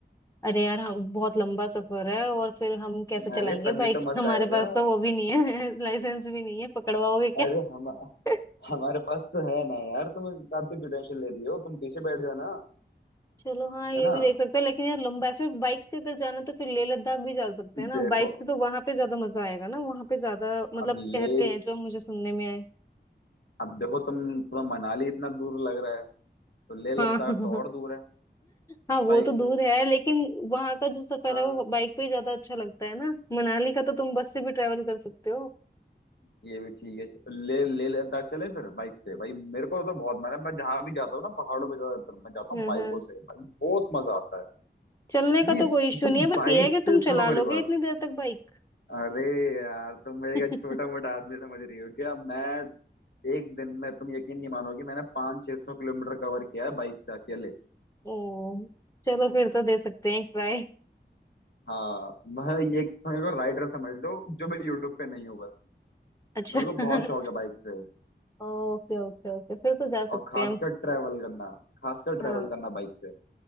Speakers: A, on the left; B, on the left.
A: अरे यार हम बहुत लंबा सफर है और फिर हम कैसे चलाएंगे
B: अरे तभी
A: बाइक
B: तो
A: <laughs>
B: मजा
A: हमारे
B: आएगा
A: पास तो वो भी नहीं है <laughs> लाइसेंस भी नहीं है पकड़वाओगे
B: अरे
A: क्या
B: हम
A: <laughs>
B: हमारे पास तो है ना यार तुम इस बात की क्यों टेंशन ले रही हो तुम पीछे बैठ जाना
A: चलो हाँ ये
B: है ना
A: भी देख सकते हैं लेकिन यार लंबा है फिर बाइक से अगर जाना तो फिर लेह लद्दाख भी जा सकते हैं ना
B: देखो
A: बाइक से तो वहां पे ज्यादा मजा आएगा ना वहां पे ज्यादा मतलब
B: अब ले
A: कहते हैं जो मुझे सुनने में है।
B: अब देखो तुम तुम्हें मनाली इतना दूर लग रहा है तो ले लद्दाख
A: हाँ <laughs>
B: तो और दूर है
A: हाँ वो
B: बाइक
A: तो
B: से
A: दूर है लेकिन वहां का जो सफर
B: हाँ
A: है वो बाइक पे ही ज्यादा अच्छा लगता है ना मनाली का तो तुम बस से भी ट्रेवल कर सकते हो
B: ये भी ठीक है ले ले लद्दाख चलें फिर बाइक से भाई मेरे को तो बहुत मैंने मैं जहां भी जाता हूँ ना पहाड़ों पे ज्यादातर मैं जाता
A: हाँ
B: हूँ बाइकों
A: हाँ
B: से भाई बहुत मजा आता है
A: चलने
B: क्योंकि
A: का तो कोई इशू
B: तुम
A: नहीं है
B: बाइक
A: बस ये है
B: से
A: कि तुम
B: सुनो
A: चला
B: मेरी
A: लोगे
B: बात
A: इतनी देर तक बाइक
B: अरे यार तुम मेरे
A: <laughs>
B: का छोटा मोटा आदमी समझ रही हो क्या मैं एक दिन में तुम यकीन नहीं मानोगे मैंने पाँच छह सौ किलोमीटर कवर किया है बाइक से अकेले
A: ओ चलो फिर तो दे सकते हैं एक ट्राई
B: हाँ मैं ये तुम्हें को राइडर समझ लो जो मैं यूट्यूब पे नहीं हूँ बस
A: अच्छा
B: मेरे को
A: <laughs>
B: बहुत शौक है बाइक से
A: ओके ओके ओके फिर तो जा सकते
B: और खासकर
A: हैं हम
B: ट्रैवल करना खासकर ट्रैवल
A: हाँ
B: करना बाइक से